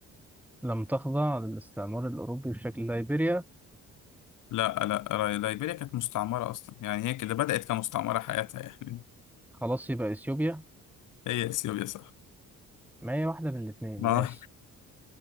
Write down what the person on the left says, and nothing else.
لا لا را- ليبيريا كانت مستعمرة اصلا يعني هي كده بدأت كمستعمرة حياتها يعني
هي اثيوبيا صح
ما
<laughs> هو-